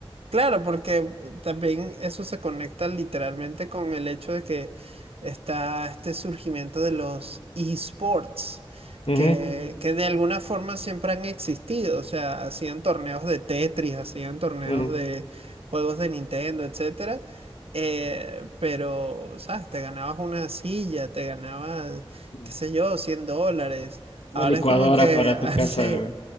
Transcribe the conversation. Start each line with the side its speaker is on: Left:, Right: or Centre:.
Right: Claro, porque también eso se conecta literalmente con el hecho de que está este surgimiento de los esports,
Left: Ujú,
Right: que, que de alguna forma siempre han existido, o sea, hacían torneos de Tetris, hacían torneos
Left: ujú,
Right: de juegos de Nintendo, etcétera, eh, pero, ¿sabes? Te ganabas una silla, te ganabas,
Left: ujú.
Right: qué sé yo, 100 dólares. Ahora
Left: Una licuadora
Right: es como que,
Left: para
Right: <laughs>
Left: tu
Right: así,
Left: casa, güey.